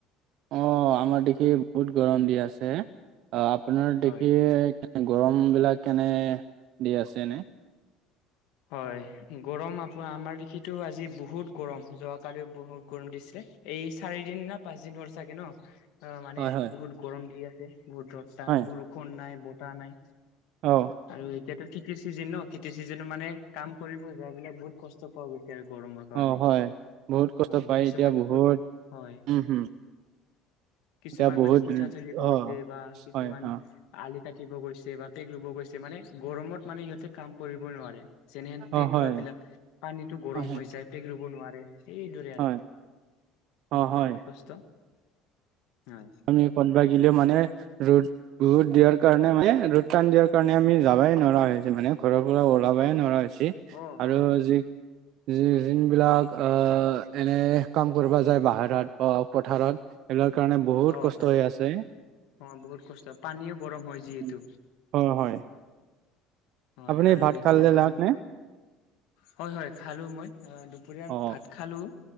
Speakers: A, on the right; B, on the left.
A: অ, আমাৰ দেখি বহুত গৰম দি আছে। অ, আপোনাৰ দেখি
B: হয়।
A: গৰমবিলাক কেনে দি আছেনে?
B: হয়। গৰম আ আমাৰ দেখি আজিটো বহুত গৰম। যোৱাকালিও বহুত গৰম দিছিলে। এই চাৰি দিন না পাঁচ দিন হ'ল চাগে ন। অ, মানে
A: হয় হয়
B: বহুত গৰম দি আছে। বহুত ৰদ টান।
A: হয়
B: বৰষুণ নাই, বতাহ নাই।
A: অ
B: আৰু এতিয়াতো খেতিৰ চিজন ন? খেতিৰ চিজন মানে কাম কৰিব যোৱাবিলাক <unintelligible> কষ্ট পোৱা গৈছে। এ গৰমৰ কাৰণে,
A: অ হয় বহুত কষ্ট
B: হয়
A: পায়
B: কিছুমানটো
A: এতিয়া বহুত
B: ক হয়।
A: উম হম
B: কিছুমান
A: এতিয়া বহুত
B: মানে কোঠা চলিব গৈছে
A: অ
B: বা কিছুমান
A: হয় অ
B: আলি কাটিব গৈছে বা পেক ৰুব গৈছে মানে গৰমত মানে সিহঁতে কাম কৰিব নোৱাৰে। যেনেহেন
A: অ
B: পেক
A: হয়
B: ৰুৱা বিলাক। পানীতো গৰম
A: হয়
B: হৈ যায় পেক ৰুব নোৱাৰে। এইদৰে আৰু
A: হয়
B: ও
A: অ হয়
B: বহুত কষ্ট। হয়
A: আমি কতবা গিলেও মানে ৰ'দ বহুত দিয়াৰ কাৰণে মানে ৰ'দ টান দিয়াৰ কাৰণে আমি যাবাই নৰা হৈছোঁ। মানে ঘৰৰ পৰা ওলাবই নৰা হৈ যি
B: অ হয়
A: আৰু যি যি যোনবিলাক আহ এনে কাম কৰিব যায় বাহাৰত বা পথাৰত। এইবিলাক কাৰণে বহুত
B: অ
A: কষ্ট
B: হয়
A: হৈ আছে।
B: অ বহুত কষ্ট পানীও গৰম হয় যিহেতু
A: <unintelligible> হয়, হয়।
B: হয়
A: আপুনি
B: আৰু
A: ভাত
B: এতিয়া
A: খালে লাগ
B: আন
A: নে
B: হয়, হয় খালোঁ মই দুপৰীয়াৰ
A: অ
B: ভাত খালোঁ।